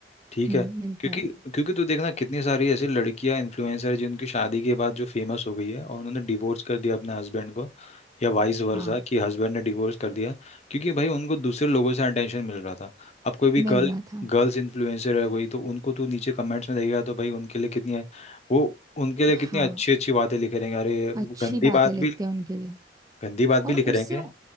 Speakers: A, on the left (about 40°); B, on the right (about 20°).
A: ठीक
B: हम्म
A: है
B: मिलता
A: क्योंकि
B: है
A: क्योंकि तू देखना कितनी सारी ऐसी लड़कियां इन्फ्लुएंसर जिनकी शादी के बाद जो फेमस हो गई है और उन्होंने डिवोर्स कर दिया अपने हस्बैंड को या वाइस वर्सा
B: हाँ
A: कि हस्बैंड ने डिवोर्स कर दिया क्योंकि भाई उनको दूसरे लोगों से अटेंशन मिल रहा था अब कोई भी
B: मिल
A: गर्ल
B: रहा था
A: गर्ल्स इन्फ्लुएंसर है कोई तो उनको तू नीचे कमेंट्स में देखेगा तो भाई उनके लिए कितनी वो उनके
B: हाँ
A: लिए कितनी अच्छी अच्छी बातें लिखे रहेंगे अरे वो
B: अच्छी
A: गंदी
B: बातें
A: बात
B: लिखते
A: भी
B: हैं उनके लिए
A: गंदी बात भी
B: और
A: लिखे रहेंगे
B: उससे उ-